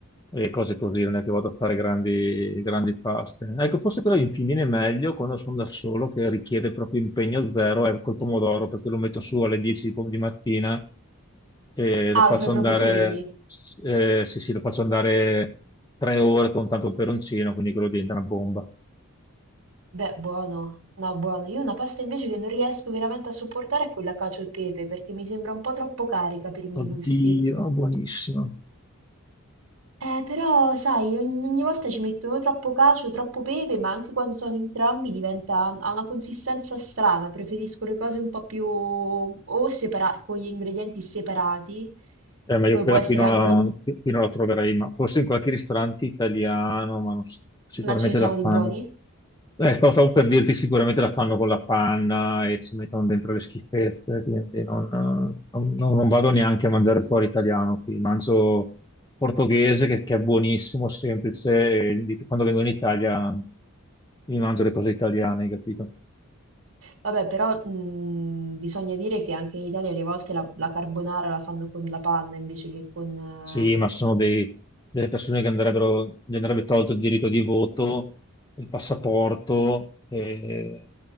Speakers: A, on the left (about 20°); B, on the right (about 65°).
A: e cose così, non è che vado a fare grandi, grandi paste. Ecco, forse però mi viene meglio quando sono da solo, che richiede proprio impegno zero, è col pomodoro, perché lo metto su alle 10 di, po- di mattina e lo
B: Ah,
A: faccio
B: lo fai proprio
A: andare,
B: tu quindi?
A: eh, sì, sì, lo faccio andare tre ore con tanto peperoncino, quindi quello diventa una bomba.
B: Beh, buono. No, buono. Io una pasta invece che non riesco veramente a sopportare è quella cacio e pepe, perché mi sembra un po' troppo carica per i miei
A: Oddio,
B: gusti.
A: buonissimo.
B: Eh, però, sai, ogni, ogni volta ci mettono troppo cacio, troppo pepe, ma anche quando sono entrambi diventa, ha una consistenza strana. Preferisco le cose un po' più o separate, con gli ingredienti separati,
A: Eh, ma io
B: come
A: quella
B: può essere
A: qui non
B: anche,
A: la, qui non la troverei, ma forse in qualche ristorante italiano, ma non s- sicuramente
B: ma ce ne sono
A: la fanno.
B: di buoni.
A: Eh, sto- stavo per dirti, sicuramente la fanno con la panna e ci mettono dentro le schifezze, quindi non, non- non vado neanche a mangiare fuori italiano qui, mangio portoghese che, che è buonissimo, semplice, e di- quando vengo in Italia mi mangio le cose italiane, hai capito?
B: Vabbè, però mh, bisogna dire che anche in Italia alle volte la, la carbonara la fanno con la panna invece che con...
A: Sì, ma sono dei- delle persone che andrebbero, gli andrebbe tolto il diritto di voto, il passaporto e